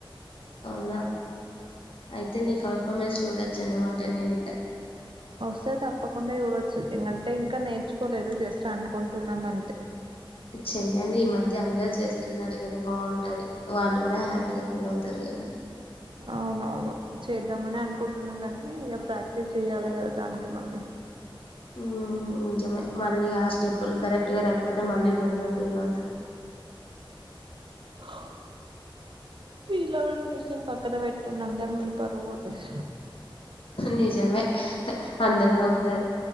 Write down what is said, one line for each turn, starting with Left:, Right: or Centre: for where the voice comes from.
Left: అవునా అయితే నీ పర్ఫార్మెన్స్ చూడచ్చన్నమాట నేను ఇక
Right: వస్తే తప్పకుండా చూడొచ్చు ఎందంటే ఇంకా నేర్చుకోలేదు జస్ట్ అనుకుంటున్నామంతె
Left: చెయ్యండి ఈ మధ్య అందరు చేస్తున్నారు గదా బావుంటది వాళ్ళు కూడా హ్యాపీగా ఫీల్ అవుతారు గదా
Right: అవునవును చేద్దామని అనుకుంటున్నాం గనీ ఇక ప్రాక్టీస్ చెయాలే గదా దానికి మళ్ళీ
Left: ఉ ఉ నిజమే మళ్ళీ ఆసి స్టెప్పులు కరెక్ట్ గా రాకపోతే మల్లి మనమే పలత
Right: ఆ వీలువ్వడం విషయం పక్కన పెట్టండి అందరు ముందు పరువు పోతు <inaudible>
Left: నిజమే అందరు నవ్వుతారు